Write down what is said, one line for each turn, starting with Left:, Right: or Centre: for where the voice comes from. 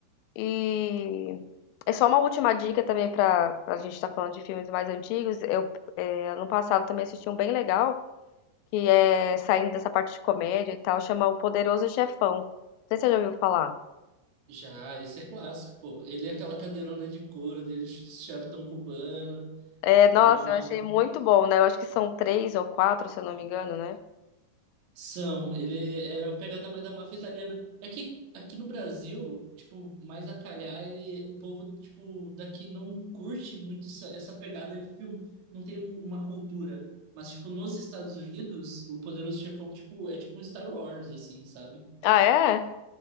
Left: e é só uma última dica também para a gente estar falando de filmes mais antigos. Eu eh, ano passado também assisti um bem legal, que é saindo dessa parte de comédia e tal, chama O Poderoso Chefão. Não sei se você já ouviu falar.
Right: Já, esse é clássico, pô. Ele é aquela cadeirona de couro dele, charutão cubano,
Left: É, nossa,
Right: pô, é uma
Left: eu achei muito bom, né? Eu acho que são três ou quatro, se eu não me engano, né?
Right: São, ele é é a pegada mais da máfia italiana. É que aqui no Brasil, tipo, mais a calhar, e o povo, tipo, daqui não curte muito essa, essa pegada de filme. Não tem um- uma cultura. Mas, tipo, nos Estados Unidos, o Poderoso Chefão, tipo, é tipo um Star Wars, assim, sabe?
Left: Ah, é?